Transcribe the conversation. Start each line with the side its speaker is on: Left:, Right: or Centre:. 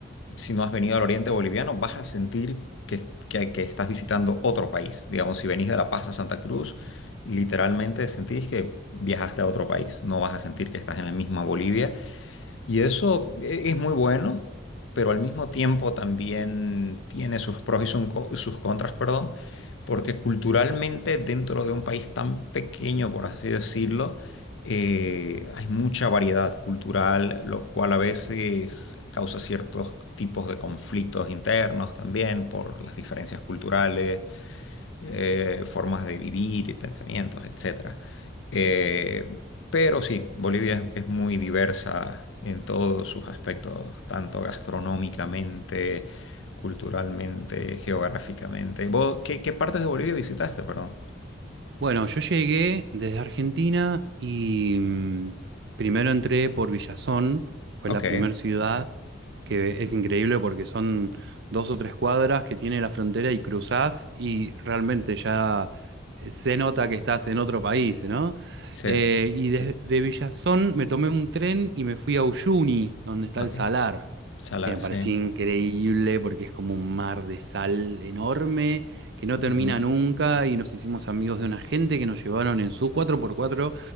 Left: si no has venido al Oriente Boliviano, vas a sentir que, que- que estás visitando otro país. Digamos, si venís de La Paz a Santa Cruz, literalmente sentís que viajaste a otro país. No vas a sentir que estás en la misma Bolivia y eso e- es muy bueno, pero al mismo tiempo también tiene sus pros y sus co- sus contras, perdón, porque culturalmente dentro de un país tan pequeño, por así decirlo, eh, hay mucha variedad cultural, lo cual a veces causa ciertos tipos de conflictos internos también por las diferencias culturales eh, formas de vivir y pensamientos, etcétera. Eh, pero sí, Bolivia es, es muy diversa en todos sus aspectos, tanto gastronómicamente, culturalmente, geográficamente. ¿Vos qué, qué partes de Bolivia visitaste, perdón?
Right: Bueno, yo llegué desde Argentina y mm, primero entré por Villazón, fue
Left: Ok,
Right: la primera ciudad que es increíble porque son dos o tres cuadras que tiene la frontera y cruzás y realmente ya se nota que estás en otro país, ¿no?
Left: sí,
Right: Eh, y desde Villazón me tomé un tren y me fui a Uyuni, donde está
Left: ok.
Right: el salar,
Left: Salar,
Right: que me parecía
Left: sí.
Right: increíble porque es como un mar de sal enorme que no termina
Left: Ujú,
Right: nunca y nos hicimos amigos de una gente que nos llevaron en su cuatro por cuatro